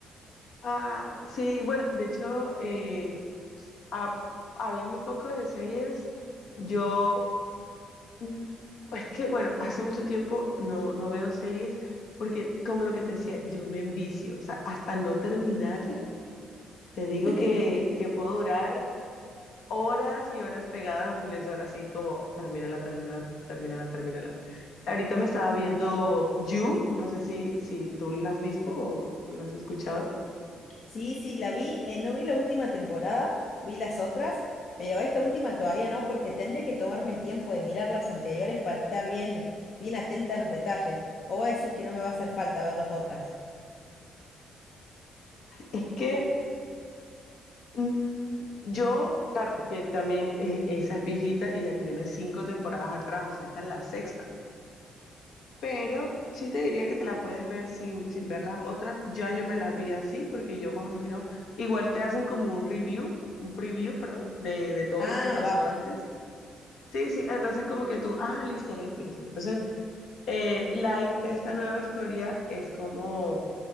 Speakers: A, on the left; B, on the left.
A: Ah, sí, bueno, de hecho, eh, ha- hablando un poco de series, yo, mm, es que, bueno, hace mucho tiempo no, no veo series porque, como lo que te decía, yo me envicio, o sea, hasta no terminarla, te digo
B: <laughs>
A: que, que puedo durar horas y horas pegadas al televisor, así como, termínala, termínala, termínala, termínala. Ahorita me estaba viendo You, no sé si, si tú la has visto o la has escuchado.
B: Sí, sí, la vi. eh, no vi la última temporada, vi las otras, pero esta última todavía no, porque tendría que tomarme el tiempo de mirar las anteriores para estar bien, bien atenta en los detalles. O vos decís que no me va a hacer falta ver las otras.
A: Es que... Mm, yo, claro, es que también eh, esa es viejita y ya tiene cinco temporadas atrás, o sea, esta es la sexta. Pero sí te diría que te la puedes ver sin, sin ver las otras. Ya yo me las vi así, porque yo más o menos, igual te hacen como un review, un preview, perdón, de, de todo
B: Ah,
A: lo que pasó
B: va.
A: antes. Sí, sí, entonces como que tú, ah, listo, listo, listo. Entonces eh, la, hi- esta nueva historia es como